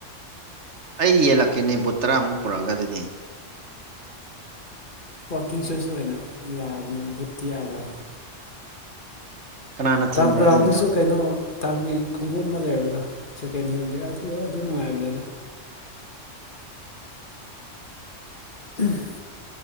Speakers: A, on the right; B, on the left.
A: ꯑꯩ ꯌꯦꯜꯂꯛꯀꯦꯅꯦ ꯕꯨꯠ ꯇꯔꯥꯃꯨꯛ ꯄꯨꯔꯛꯑꯒ ꯑꯗꯨꯗꯤ
B: ꯋꯥꯛꯀꯤꯡ ꯁꯨꯁ ꯑꯣꯏꯅ ꯌꯥꯕꯅꯦ ꯕꯨꯠꯇꯤ ꯌꯥꯗꯕꯅꯦ
A: ꯀꯅꯥꯅ ꯊꯤꯡꯕ꯭ꯔꯣ
B: ꯇꯐ ꯒ꯭ꯔꯥꯎꯟꯗꯁꯨ
A: ꯑꯗꯨꯒꯤꯗꯣ
B: ꯀꯩꯅꯣ ꯇꯥꯞꯒꯤ ꯈꯣꯡꯎꯞ ꯑꯃ ꯂꯩꯕꯗꯣ ꯁꯦꯀꯦꯟ ꯍꯦꯟꯒꯤ ꯑꯗꯨ ꯑꯗꯨ ꯅꯨꯡꯉꯥꯏꯕꯅꯤꯗ ꯎꯝ